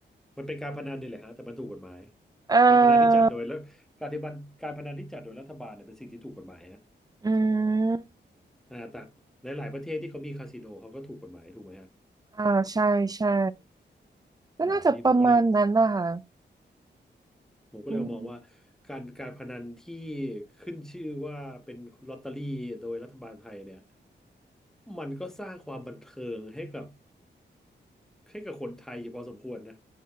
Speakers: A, in the centre; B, on the right.
A: มันเป็นการพนันนี่แหละฮะแต่มันถูกกฎหมาย
B: เอ
A: การพนันที่จัดโดยแล้วการที่บันการพนันที่จัดโดยรัฐบาลเนี่ยเป็นสิ่งที่ถูกกฎหมายฮะ
B: ออืม
A: อ่าแต่หลายๆประเทศที่เขามีคาสิโนเขาก็ถูกกฎหมายถูกไหมฮะ
B: อ่า ใช่ใช่ก็น่าจะประมาณนั้นนะคะ
A: อ่าทีนี้ผมก็เลยผมก็เลยมองว่า
B: อืม
A: การการพนันที่ขึ้นชื่อว่าเป็นลอตเตอรี่โดยรัฐบาลไทยเนี่ยมันก็สร้างความบันเทิงให้กับ ให้กับคนไทยอยู่พอสมควรนะ